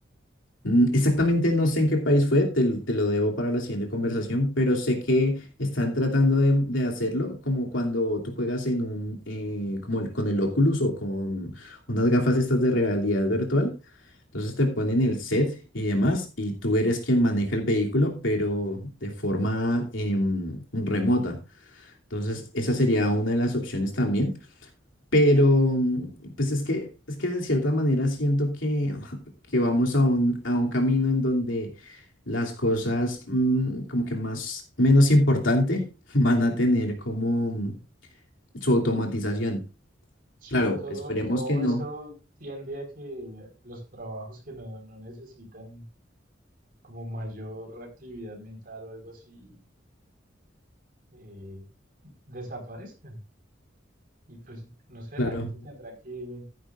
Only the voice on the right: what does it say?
Sí,
todo,
todo
eso tiende a que los trabajos que no, no necesitan como mayor actividad mental o algo así eh, desaparezcan. Y pues, no sé,
la gente tendrá que,